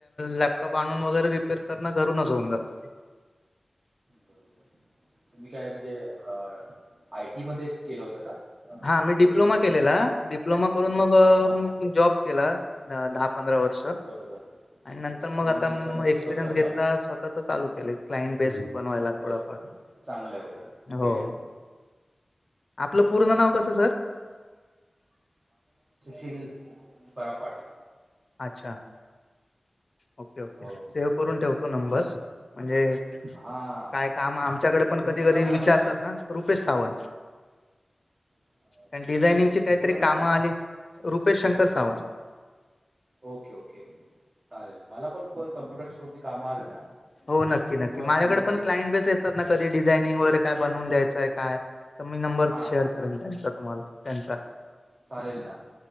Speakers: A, on the left; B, on the right.
A: लॅपटॉप आणून वगैरे रिपेअर तरना घरूनचऊन जात ते
B: बरोब तुम्ही काय म्हणजे अ आयटी मध्ये केलं होतं का? अ,
A: हा
B: हे?
A: मी डिप्लोमा केलेला डिप्लोमा करून मग
B: हां हां
A: जॉब केला द पंधरा वर्ष आणि
B: बरोबर आहे.
A: नंतर
B: एक्सपिरियन्स
A: मग आता
B: घेतल्याने तो
A: एक्सपिरियन्स
B: स्वतःचा चालू
A: घेतला
B: केला
A: स्वतःच चालू केलं क्लाइंट बेसट बनवायला थोडाफार
B: बरोबर चांगलं आहे उलट Very
A: हो.
B: good.
A: आपलं पूर्ण नाव कसं सर
B: ील बरा पाटील.
A: अच्छा. ओके ओके
B: हो
A: सेव्ह करून ठेवतो नंबर म्हणजे
B: हां
A: काय काम आमच्याकडे पण
B: तुमचं
A: कधी
B: नाव
A: कधी
B: काय
A: विचारतात
B: म्हणालात?
A: ना रुपेश सावंत.
B: अ,
A: कारण डिझायनिंग
B: रुपेश
A: ची काहीतरी
B: पूर्ण नाव
A: काम
B: काय?
A: आली Rupesh Shankar Sawant
B: okay okay okay चालेल मला पण कम्प्युटरची कोणती काम आलं ना.
A: हो नक्की
B: मी
A: नक्की
B: तुम्हाला सांगत
A: माझ्याकडे पण
B: जाईन
A: क्लाइंट
B: मग
A: बेस येतात ना कधी डिझायनिंग वगैरे का बनून द्यायचंय काय? तर मी नंबर
B: हां
A: शेअर
B: हां
A: करेन
B: हां हां
A: त्यांचा तुम्हाला त्यांचा
B: चालेल ना.